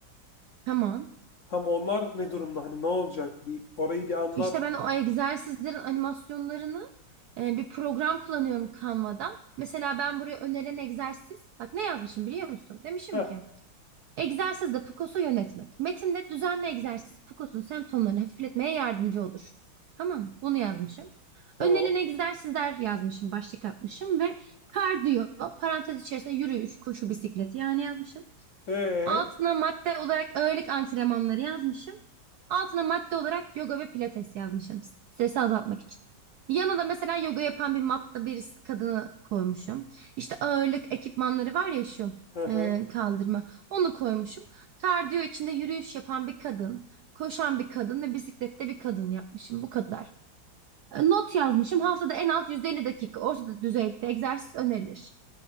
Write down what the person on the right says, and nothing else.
Tamam.
İşte ben o egzersizlerin animasyonlarını e, bir program kullanıyorum Canva'dan. Mesela ben buraya önerilen egzersiz, bak ne yazmışım biliyor musun? Demişim
ki egzersizde PCOS'u yönetmek. Metinde düzenli egzersiz PCOS'un semptomlarını hafifletmeye yardımcı olur. Tamam, bunu yazmışım.
Önerilen egzersizler yazmışım, başlık atmışım ve kardiyo, parantez içerisinde yürüyüş, koşu, bisiklet yani yazmışım.
Altına madde olarak ağırlık antrenmanları yazmışım. Altına madde olarak yoga ve pilates yazmışım. Stresi azaltmak için. Yanına da mesela yoga yapan bir matta birisi kadını koymuşum. İşte ağırlık ekipmanları var ya şu
e, kaldırma. Onu koymuşum. Kardiyo içinde yürüyüş yapan bir kadın, koşan bir kadın ve bisiklette bir kadın yapmışım. Bu kadar. E, Not yazmışım. Haftada en az 150 dakika orta düzeyde egzersiz önerilir.